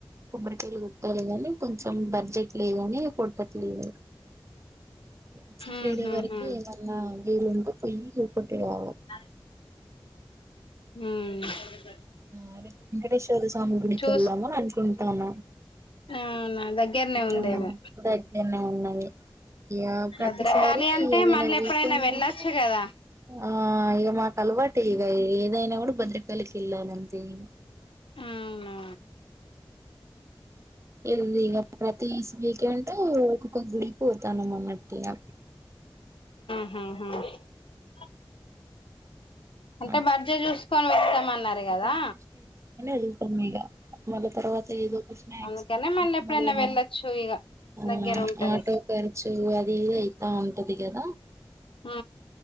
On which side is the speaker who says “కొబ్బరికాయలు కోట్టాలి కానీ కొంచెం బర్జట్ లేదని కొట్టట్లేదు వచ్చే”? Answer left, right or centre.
Right